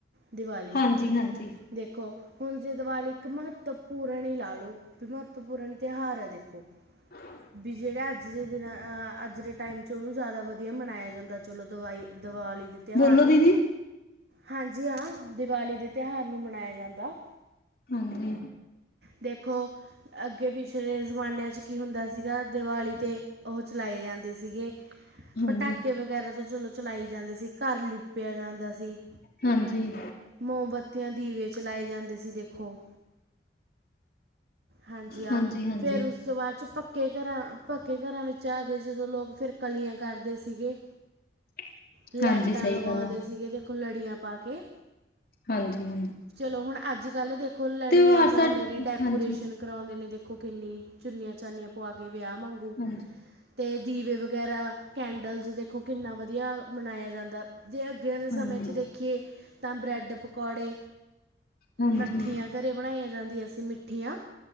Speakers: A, on the right; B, on the left.
A: ਦੀਵਾਲੀ
B: ਹਾਂਜੀ-ਹਾਂਜੀ,
A: ਦੇਖੋ। ਹੁਣ ਜੇ ਦਿਵਾਲੀ ਇੱਕ ਮਹੱਤਪੂਰਨ ਹੀ ਲਾ ਲਓ ਵੀ ਮਹੱਤਪੂਰਨ ਤਿਉਹਾਰ ਹੈ ਦੇਖੋ।
B: ਹ <inaudible> <inaudible>
A: ਵੀ ਜਿਹੜਾ ਅੱਜ ਦੇ ਦਿਨ ਅਹ ਅੱਜ ਦੇ ਟਾਈਮ ਚ ਉਹਨੂੰ ਜਾਦਾ ਵਧੀਆ ਮਨਾਇਆ ਜਾਂਦਾ ਚਲੋ ਦਵਾਈ ਦੀਵਾਲੀ ਤਿਉਹਾਰ
B: ਲੋ
A: ਨੂੰ
B: ਦੀਦੀ।
A: ਹਾਂਜੀ ਹਾਂ ਦੀਵਾਲੀ ਦੇ ਤਿਉਹਾਰ ਨੂੰ ਮਨਾਇਆ ਜਾਂਦਾ।
B: ਹਾਂਜੀ
A: ਦੇਖੋ ਅੱਗੇ ਪਿਛਲੇ ਜ਼ਮਾਨਿਆਂ ਚ' ਕੀ ਹੁੰਦਾ ਸੀਗਾ ਦਿਵਾਲੀ ਤੇ ਉਹ ਚਲਾਏ ਜਾਂ ਦੇ ਸੀਗੇ
B: ਹਾਂਜੀ,
A: ਪਟਾਕੇ ਵਗੈਰਾ ਤਾਂ ਚਲੋ ਚਲਾਏ ਜਾਂਦੇ ਸੀ ਘਰ ਲਿਪਿਆ ਜਾਂਦਾ ਸੀ।
B: ਹਾਂਜੀ।
A: ਮੋਮਬੱਤੀਆਂ ਦੀਵੇ ਚਲਾਏ ਜਾਂ ਦੇਖੋ ਹਾਂਜੀ ਆ
B: ਹਾਂਜੀ-ਹਾਂਜੀ,
A: ਫੇਰ ਉਸ ਸ ਤੋਂ ਬਾਦ ਚ ਪੱਕੇ ਘਰਾਂ ਪੱਕੇ ਘਰਾਂ ਵਿੱਚ ਆ ਕੇ ਜਦੋਂ ਲੋਕ ਫਿਰ ਕਲੀਆਂ ਕਰਦੇ ਸੀਗੇ
B: <inaudible> <inaudible>
A: ਲੈਟਾਂ
B: ਹਾਂਜੀ ਹਾਂਜੀ, ਸਹੀ
A: ਲਗਉਂਦੇ
B: ਗੱਲ ਆ,
A: ਸੀਗੇ ਦੇਖੋ ਲੜੀਆਂ ਪਾ ਕੇ।
B: ਹਾਂਜੀ-ਹਾਂਜੀ।
A: ਚਲੋ ਹੁਣ ਅੱਜ ਕੱਲ ਦੇਖੋ ਲੜੀਆਂ
B: ਤਿਉਹਾਰ
A: ਪੋਂਦੇ
B: ਸਾ
A: ਨੇ ਡੈਕੋਰੇਸ਼ਨ
B: ਹਾਂਜੀ,
A: ਕਰਉਂਦੇ ਦੇਖ ਖੋ ਕਿੰਨੀ ਚੁੰਨੀਆਂ ਚਾਨੀਆਂ ਪੂਆ ਕੇ ਵਿਆਹ ਵਾਂਗੂ
B: ਹਾਂਜੀ,
A: ਤੇ ਦੀਵੇ ਵਗੈਰਾ ਕੈਂਡਲਸ ਦੇਖੋ ਕਿੰਨਾ ਵਧੀਆ ਮਨਾਇਆ ਜਾਂਦਾ ਐ ਜੇ ਅੱਗੇਆ ਦੇ ਸਮੇਂ
B: ਹਾਂਜੀ,
A: 'ਚ ਦੇਖੀਏ ਤਾਂ ਬਰੈਡ ਪਕੌੜੇ
B: ਹਾਂਜੀ
A: ਮੱਠੀਆਂ ਘਰੇ ਬਣਾਈਆਂ ਜਾਂਦੀਆਂ ਸੀ ਮਿੱਠੀਆਂ-